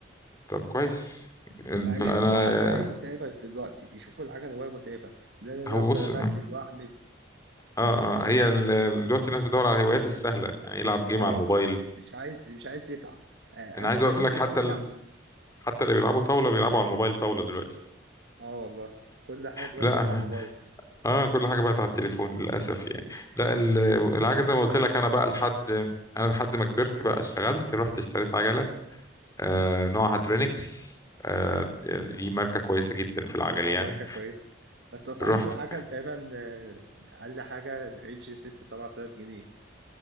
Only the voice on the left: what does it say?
طب كويس انا
هو
بص
اه اه هي ال- دلوقتي الناس بتدور على الهوايات السهله يعني يلعب جيم
على الموبايل
انا
عايز اقول
لك
حتى ال...
حتى اللي بيلعبوا طاوله بيلعبوا على الموبايل طاوله دلوقتي
لا
<laughs> اه كل حاجه بقت على التليفون للاسف يعني لا ال-
العجله
زي ما قلت
لك انا
بقى
لحد
انا لحد ما كبرت بقى اشتغلت رحت اشتريت عجله آه نوعها ترينكس آه دي ماركه كويسه جدا في العجل
يعني
رحت